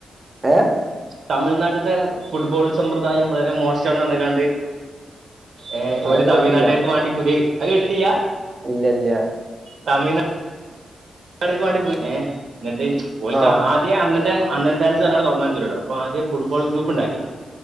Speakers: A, on the right; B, on the right.
A: ഹേ
B: തമിഴ്നാട്ടിലത്തെ ഫുട്ബോൾ സമ്പ്രദായം വളരെ മോശമാണ പറന്ന്ക്കാണ്ട് ഏയ് ഒരു
A: അത്
B: തമിഴ്നാട്ടിലേക്ക്
A: കേട്ടില്ല
B: വേണ്ടി പുതിയ അത് കേട്ടിട്ട്ല്ല്യ
A: ഇല്ല ഇല്ല
B: തമിഴ് <unintelligible> എന്നിട്ട് ഓൽക്ക്
A: ആഹ്
B: ആദ്യ അ അണ്ണന്റെ അണ്ണൻ ഫാൻസ്ന്നാണ് തുടങ്ങാൻ പറ്റൂലല്ലോ അപ്പ ആദ്യ ഫുട്ബോൾ ഗ്രൂപ്പ് ഉണ്ടാക്കി